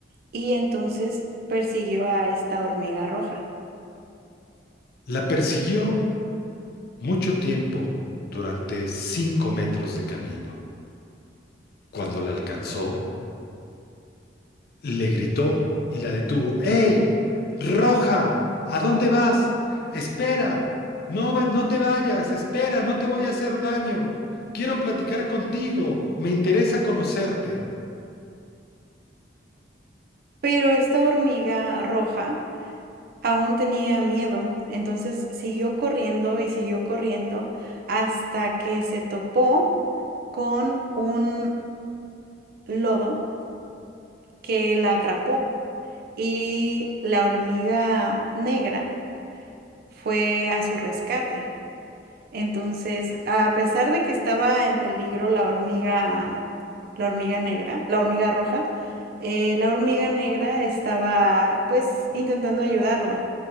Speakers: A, on the right; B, on the left.
A: y entonces persiguió a esta hormiga roja.
B: La persiguió mucho tiempo durante cinco metros de camino. Cuando la alcanzó, le gritó y la detuvo. ¡Ey! ¡Roja! ¿A dónde vas? ¡Espera! No, ve- no te vayas, espera, no te voy a hacer daño. Quiero platicar contigo, me interesa conocerte.
A: Pero esta hormiga roja aún tenía miedo, entonces siguió corriendo y siguió corriendo hasta que se topó con un lodo que la atrapó y la hormiga negra fue a su rescate. Entonces, a pesar de que estaba en peligro la hormiga, mm, la hormiga negra, la hormiga roja, eh, la hormiga negra estaba pues intentando ayudarla